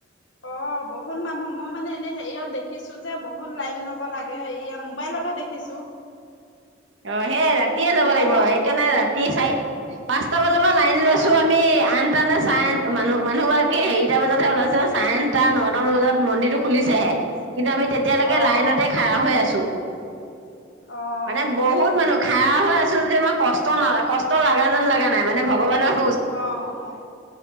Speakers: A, on the left; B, on the right.
A: অ' বহুত মানুহ মই মানে এনে হেৰিয়ত দেখিছো যে বহুত লাইন লব লাগে এইয়া মোবাইলতে দেখিছো।
B: অ ', সেই ৰাতিয়ে যাব
A: মোবাইলত
B: লাগিব সেইকাৰণে ৰাতি চাৰি পাঁচটা বজাৰাব লাইন লৈছো
A: অ
B: আমি আঠ তানে চাৰে মানুহ মানুহগৰাকী হেৰিটা বজাতহে ওলাইছে চাৰেনটা নটাামান বজাত মন্দিৰটো খুলিছেহে। কিন্তু আমি তেতিয়ালৈকে
A: অ
B: লাইনতে
A: অ
B: খাৰা হৈ আছো।
A: অ'
B: মানে বহুত মানুহ খাৰা হৈ আছো যদিও মানে কষ্ট ন কষ্ট লগা যেন যলগা নাই মানে ভগৱানক
A: অ -অ